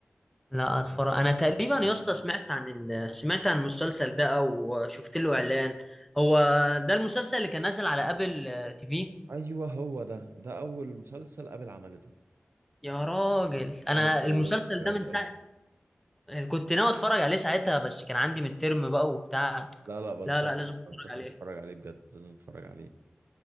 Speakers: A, in the centre; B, on the right.
A: لا اتفرج انا تقريبا يا اسطى سمعت عن ال... سمعت عن المسلسل ده او شفت له اعلان هو ده المسلسل اللي كان نازل على ابل آه، تي في
B: أيوه هو ده ده أول مسلسل قابل عملته
A: يا راجل انا
B: جامد أوي
A: المسلسل
B: يا اسطى جامد
A: ده من
B: أوي
A: ساعه كنت ناوي اتفرج عليه ساعتها بس كان عندي مترم بقى وبتاع
B: لا لا بنصحك
A: لا لا لازم اتفرج
B: بنصحك
A: عليه
B: تتفرج عليه بجد لازم تتفرج عليه